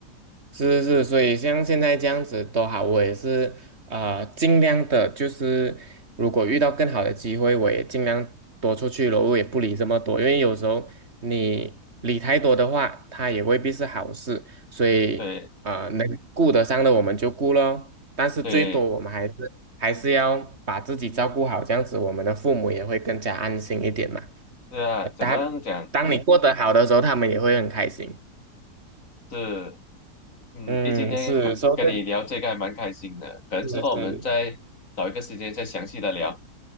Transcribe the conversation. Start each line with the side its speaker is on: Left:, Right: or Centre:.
Right: 是是，是，所以像现在这样子都好，我也是呃尽量的，就是如果遇到更好的机会，我也尽量多出去咯。我也不理这么多，因为有时候你理太多的话，它也未必是好事，所以啊、
Left: 对
Right: 呃能嗯顾得上的我们就顾咯，但是最多我们还嗯是还是要把自己照顾好，
Left: 对，
Right: 这样子我们的父母也会更加安心一点嘛。
Left: 对啊，
Right: 呃，当当你嗯过得好的时候，
Left: 怎么样讲
Right: 他们也会很开心。
Left: 是。嗯，
Right: 嗯，
Left: 诶，今天还跟你聊这个还蛮开心的，
Right: 是，嗯说对，
Left: 可能之后我们再找一个时间再详细的聊，
Right: 是是，